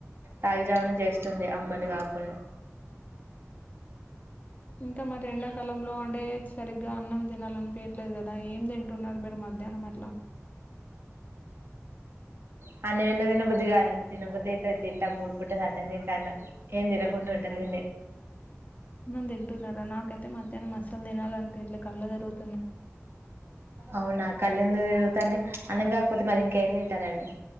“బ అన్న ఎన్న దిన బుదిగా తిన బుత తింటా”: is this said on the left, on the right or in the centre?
Right